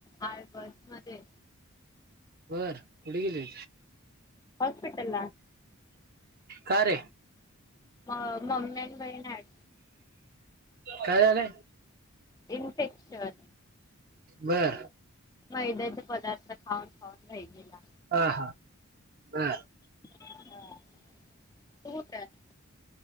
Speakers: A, on the left; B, on the right.
A: हाय बस मध्ये.
B: बर कुढे गेले
A: हॉस्पिटलला
B: का रे
A: म मम्मी आणि बहीण हड
B: काय झालंय.
A: इनफेक्शन.
B: बर.
A: मैद्याचे पदार्थ खाऊन खाऊन बहिणीला.
B: हा हा बर.
A: हा तट <unintelligible>